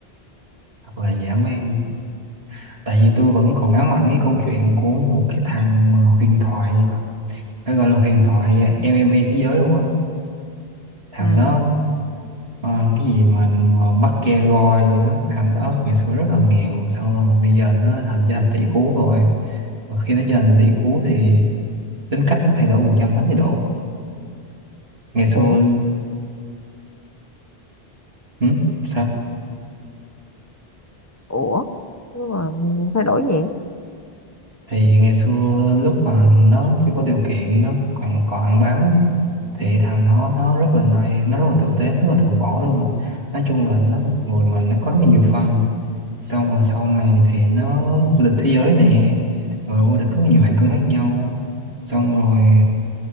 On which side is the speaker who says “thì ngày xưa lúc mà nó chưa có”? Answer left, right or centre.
Right